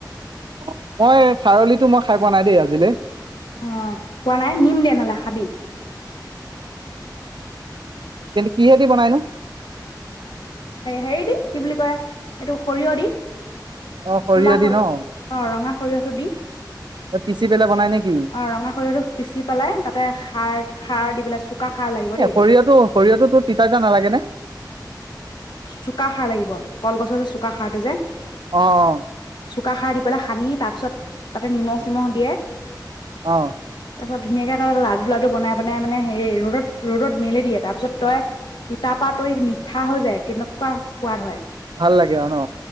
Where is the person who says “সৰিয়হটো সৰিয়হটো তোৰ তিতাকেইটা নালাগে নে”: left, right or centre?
Right